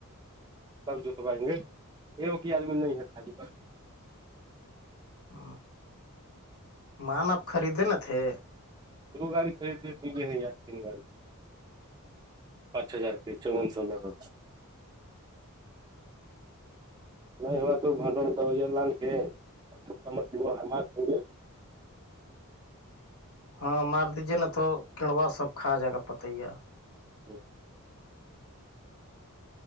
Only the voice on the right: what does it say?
سب جتوائیں گے یہ وہک آدمی نہیں ہے خالی پ
دو گاڑی خری لیے یہ ہے ار تین گاڑی پانچ ہزار پ چون سولہ لو نہیں ہوا توھٹ لان کےا مچھات گے
<inaudible>